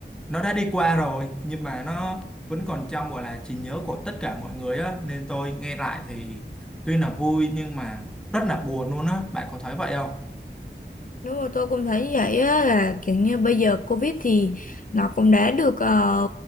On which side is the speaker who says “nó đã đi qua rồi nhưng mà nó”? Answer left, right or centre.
Centre